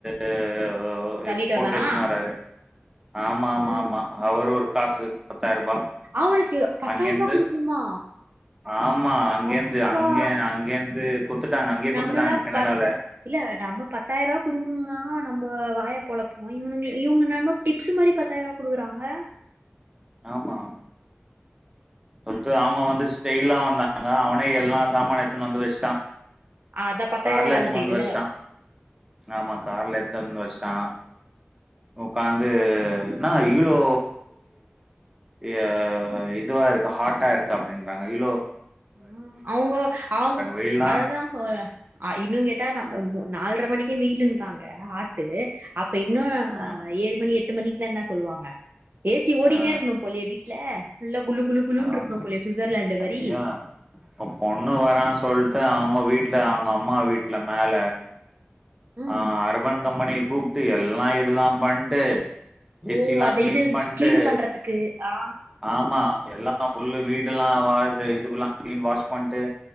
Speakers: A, on the right; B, on the right.
A: அ
B: தள்ளிட்டு
A: எடுத் போட்டு
B: வந்தானா
A: எடுத்துன்னு வராாரு ஆமா ஆமா
B: ம்
A: ஆமா அவரு ஒரு காசு பத்தாயிரூபா
B: அவனுக்கு பத்தாயிர
A: அங்கேந்து
B: ரூபா குடுக்கணுமா
A: ஆமா அங்கேந்து
B: அப்பா
A: அங்க அங்கேந்து குத்துட்டாங்க அங்கயே
B: நம்மல்லா
A: குத்துட்டாங்க கனடால
B: பத்த இல்ல நம்ப பத்தாயிர ரூவா குடுக்கணுனா நம்ப வாய பொழப்போ இவனுங்க இவங்க என்னமோ டிப்ஸ் மாரி பத்தாயிர குடுக்குறாங்க
A: ஆமா சொல்ட்டு அவங்க வந்து ஸ்டெயிலா வந்தாங்க அவனே எல்லா சாமான் எடுத்துன்னு வந்து வச்சிட்டா
B: அதா பத்தாயிர
A: கார்ல
B: ரூபா
A: எடுத்துன்னு
B: வேல செய்யுதுல
A: வந்து வச்சிட்டா, ஆமா கார்ல எடுத்தாந்து வச்சிட்டா உக்காந்து என்னா இவ்ளோ எ இதுவா இருக்கு ஹாட்டா இருக்கு அப்டின்றாங்க இவ்ளோ
B: ஆ அவங்க அவங்
A: வெயில்னா
B: அததா சொல்ற அ இன்னு கேட்டா நம்ம நால்ட்ர மணிக்கே வெயிலுன்றாங்க ஹாட்டு அப்ப இன்னு
A: ஆ
B: ஏழு மணி எட்டு மணிக்குல என்னா சொல்லுவாங்க ஏ சி ஓடினே
A: ஆ
B: இருக்கணு போலயே வீட்ல ஃபுல்ல குளு குளு குளுனு
A: ஆமா
B: இருக்கணு போலயே சுவிட்சர்லாந்து மாரி
A: ஐயா இப்ப பொண்ணு வரா சொல்ட்டு அவங்க வீட்ல அவங்க அம்மா வீட்ல மேல
B: ம்
A: ஆ அர்பன் கம்பெனி கூப்ட்டு எல்லா இதெல்லா பண்ட்டு ஏ
B: ஓ
A: சிலா
B: அத
A: கிளீன்
B: இது
A: பண்ட்டு
B: கிளீன் பண்றதுக்கு ஆ
A: ஆமா எல்லா ஃபுல்லு வீட்டுலா வா இதுலா கிளீன் வாஷ் பண்ட்டு